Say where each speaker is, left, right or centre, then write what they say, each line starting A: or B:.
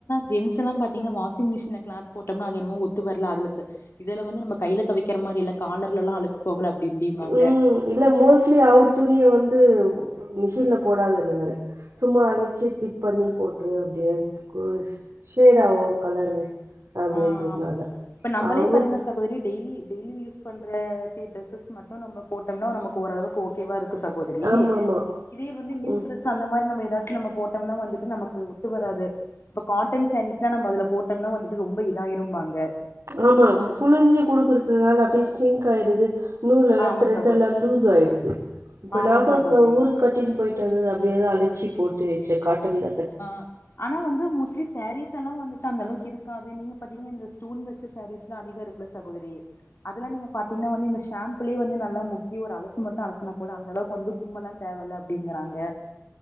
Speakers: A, on the left; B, on the right.
A: ஜென்ஸ்சுலாம் பாத்தீங்னா வாஷிங் மிஷின்ல கிளாத் போட்டம்னா அது என்மோ ஒத்து வர்ல அதுலத்த இதல வந்து நம்மக் கைலத் தொவைக்கிற மாரி இல்லக் காலர்லலா அழுக்குப் போகல அப்டி இப்டிம்பாங்க
B: ம் இல்ல மோஸ்ட்லி அவுரு துணிய வந்து மிஷின்ல போடாதன்னுவாரு சும்மா அடிச்சி டிப் பண்ணி போட்டுரு அப்டியே ம் ஷேடாவு கலரு அப்படின்றதுனால
A: ஆ ஆமா இப்ப நம்மளே
B: அவரு
A: பாருங்க சகோதரி டெய்லி டெய்லி யூஸ் பண்ற தே டிரஸ்ஸஸ் மட்டு நம்ம போட்டோம்னா நமக்கு ஓரளவுக்கு ஓ கேவா இருக்கு சகோதரி
B: ஆமா ஆமா
A: இதே வந்து நியூட்ரஸ்
B: ம்
A: அந்த மாரி நம்ம ஏதாச்சும் நம்ம போட்டோம்னா வந்துட்டு நமக்கு ஒத்து வராது இப்ப காட்டன் சேரீஸ்லா நம்ம அதுல போட்டோம்னா வந்துட்டு ரொம்ப இதா ஆயிரும்பாங்க
B: ஆமா புழிஞ்சி குடுக்குறதுனால அப்டியே சிங்க் ஆயிருது நூல்லெல்லா
A: ஆமா
B: த்ரெட்ல்லா
A: சகோதரி
B: லூஸ் ஆயிடுது இப்போ
A: ஆமா
B: நா கூட
A: சகோதரி
B: க ஊருக்கு கட்டின் போயிட்டு வந்தது அப்டியேதா அழச்சி போட்டு வச்சே காட்டன் தா
A: ஆ ஆனா வந்து மோஸ்லி சேரீஸ் எல்லா வந்துட்டு அந்த அளவுக்கு இருக்காது நீங்க பாத்தீங்க இந்த ஸ்டோன் வச்ச சாரீஸ்லா அதிக இருக்குல சகோதரி அதெல்லா நீங்க பாத்தீங்கன்னா வந்து இந்த ஷாம்புலயே வந்து நல்லா முக்கி ஒரு அலசு மட்டு அலசனா போத அந்தளவுக்கு வந்து ரொம்பலா தேவ இல்ல அப்டிங்கிறாங்க